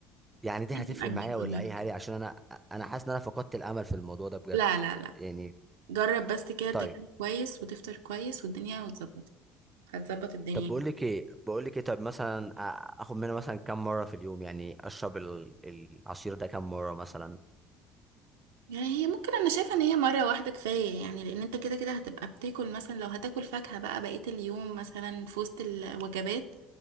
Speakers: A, on the right (about 15°); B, on the right (about 80°).
A: يعني دي
B: بتبقى
A: هتفرق
B: تجيب
A: معايا ولا
B: وجبة.
A: اي حاجه عشان انا انا حاسس ان انا فقدت الامل في الموضوع ده بجد
B: لا لا لا
A: يعني
B: جرب بس كده تاكل
A: طيب
B: كويس وتفطر كويس والدنيا وتظبط هتظبط الدنيا
A: طب بقول لك ايه بقول لك ايه طب مثلا آ- اخد منها مثلا كام مره في اليوم يعني اشرب ال- العصير ده كام مره مثلا
B: يعني هي ممكن انا شايفه ان هي مره واحده كفايه يعني لان انت كده كده هتبقى بتاكل مثلا لو هتاكل فاكهه بقى بقيه اليوم مثلا في وسط الوجبات